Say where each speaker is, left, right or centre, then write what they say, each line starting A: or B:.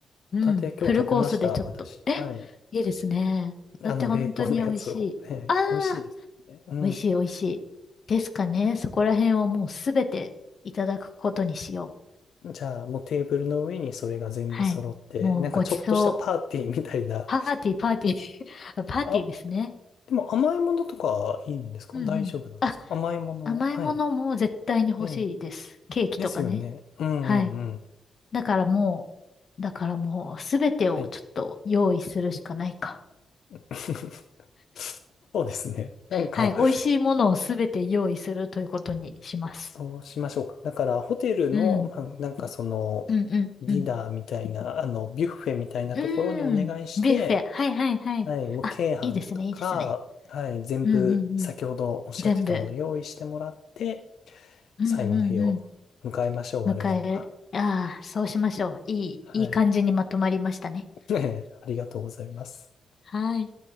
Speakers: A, on the left; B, on the left.
A: うん、
B: ホタテ今日食べました、
A: フルコースでちょっと、
B: 私。
A: え、
B: はい。
A: いいですね。ホタテ本当に美味しい。
B: あの、冷凍のやつを。ええ、
A: あ
B: 美味しいですよね。
A: あ、
B: う
A: 美味しい美味しい。ですかね。そこら辺をもうすべていただくことにしよう。
B: ん。じゃあ、もうテーブルの上にそれが全部揃って、
A: はい。もうごちそう。
B: なんかちょっとしたパーティーみたいな。
A: パーティー、パーティー。<laughs> パーティーですね。
B: あ、でも甘いものとかいいんですか大丈夫なんですか甘いもの。
A: うんうん。あ、甘いものも絶対に欲しいです。
B: はい。ええ。
A: ケーキとかね。
B: ですよね。うんうんうん。
A: はい。だからもう、だからもうすべてをちょっと用意するしかないか。
B: はい。<laughs> そうですね。なんか、
A: はい。美味しいものをすべて用意するということにします。
B: そうしましょうか。だから、ホテルの、
A: うん。
B: まあ、なんかその、
A: うんうんうん。
B: ディナーみたいな、あの、ビュッフェみたいなところにお願いして、
A: うーん。ビュッフェ。はいはいはい。
B: はい、もう、
A: あ、
B: 鶏飯とか、
A: いいですね、いいですね。
B: はい、全部、
A: うんうんうん。
B: 先ほどおっしゃってたもの用意してもらって、
A: 全部。うんうんうん。
B: 最後の日を迎えましょう、
A: 迎え、
B: 我々は。
A: ああ、そうしましょう。いい、
B: はい。
A: いい感じにまとまりましたね。
B: <laughs> ありがとうございます。
A: はい。